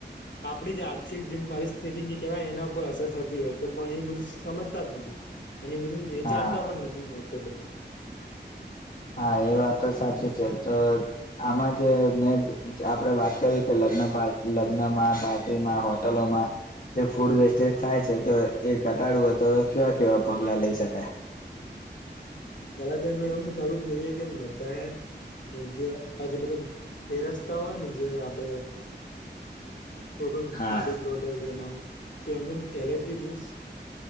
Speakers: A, on the left (about 80°); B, on the left (about 50°).
A: આપડી જ આર્થિક જે મારી સ્થિતિ કેવાય એના ઉપર અસર થતી હોય તો પણ એ બધું સમજતા જ નથી. એની બધું વિચારતા
B: હા
A: પણ નથી લોકો બધા.
B: હા એ વાત તો સાચી છે. તો આમાં જ ને આપડે વાત કરી કે <unintelligible> લગ્નમાં પાર્ટીમાં હોટલોમાં જે ફૂડ વેસ્ટેજ થાય છે તો એ કટાડવ હોય તો કેવા કેવા પગલા લઈ શકાય.
A: પેલા તો એમાં એમ સારું જોઈએ કે બધા એ એ જે આજ બધા એ રસ્તાઓ હોય ને જે આપડે કોઈ પણ
B: હા
A: પાર્ટી બ્લોડ એનામાં તો એમને પેલાથી બધું